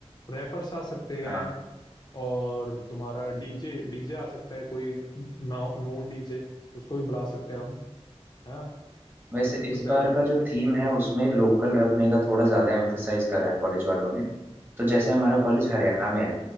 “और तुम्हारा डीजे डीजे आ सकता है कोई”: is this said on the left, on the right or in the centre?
Left